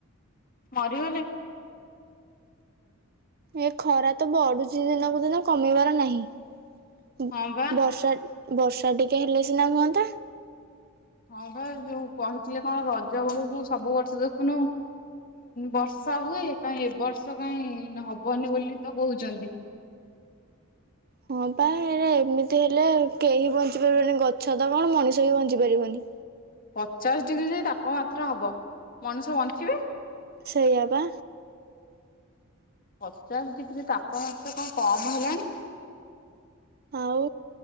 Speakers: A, on the left; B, on the right.
A: ମରିଗଲେ।
B: ଏକ ଖରା ତ ବଢୁଛି ଦିନକୁ ଦିନ କମିବାର ନାହିଁ
A: ହଁ ବା
B: ବର୍ଷା ବର୍ଷା ତା କେ ହେଲେ ସିନା ହୁଅନ୍ତା।
A: ହଁ ବା ଯୋଉ କହିଥିଲେ କଣ ରଜ ବେଳୁକୁ ସବୁ ବର୍ଷ ଦେଖୁନୁ ବର୍ଷା ହୁଏ କାହିଁ ଏ ବର୍ଷ କାହିଁ ହବନି ବୋଲି ତ କହୁଛନ୍ତି।
B: ହଁ ପା ଏ ଏମିତି ହେଲେ କେହି ବଞ୍ଚି ପାରିବନି ଗଛ ତ କଣ ମଣିଷ ବିି ବଞ୍ଚି ପାରିବନି।
A: ପଚାଶ ଡିଗ୍ରୀ ଯଦି ତାପମାତ୍ରା ହବ ମଣିଷ ବଞ୍ଚିବେ।
B: ସେଇଆ ବା।
A: ପଚାଶ ଡିଗ୍ରୀ ତାପମାତ୍ରା କଣ କମ ହେଲାଣି।
B: ଆଉ